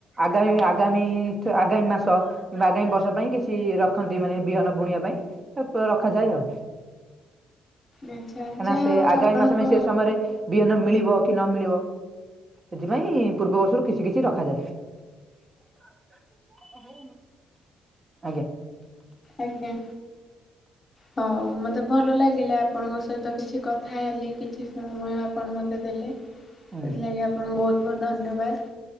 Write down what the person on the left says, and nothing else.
ଆଚ୍ଛା
ଯାହା
ହଉ
ଆପଣଙ୍କ
ଆଜ୍ଞା। ହଉ ମତେ ଭଲ ଲାଗିଲା ଆପଣଙ୍କ ସହିତ କିଛି କଥା ହେଲି। କିଛି ସମୟ ଆପଣ ମୋତେ ଦେଲେ ସେଥିଲାଗି
ଆପଣଙ୍କୁ ବହୁତ ବହୁତ ଧନ୍ୟବାଦ।